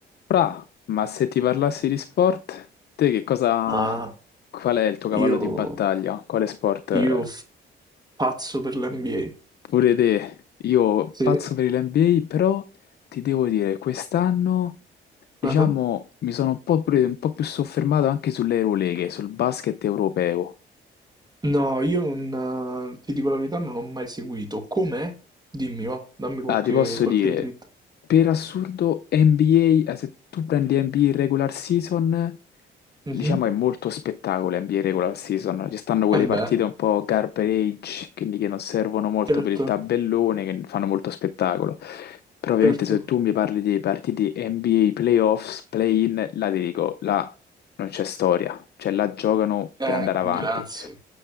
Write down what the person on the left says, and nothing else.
Fra, ma se ti parlassi di sport, te che cosa...
Qual è il tuo
cavallo di battaglia? Quale sport? eh,
Pure te, io
pazzo per l'NBA, però ti devo dire, quest'anno, diciamo,
mi sono un po', pre- un po' più soffermato anche sulle Euroleghe, sul basket europeo.
Ah, ti posso
dire,
per assurdo, NBA, eh, se tu prendi NBA regular season,
diciamo è molto spettacolo NBA regular season. Ci stanno quelle
partite
un po' garbage, quindi che non servono molto
per il tabellone, che fanno molto spettacolo. Però ovviamente
se tu mi parli di partite NBA playoffs, play-in, là ti dico, là non c'è storia, cioè là giocano
per andare
avanti.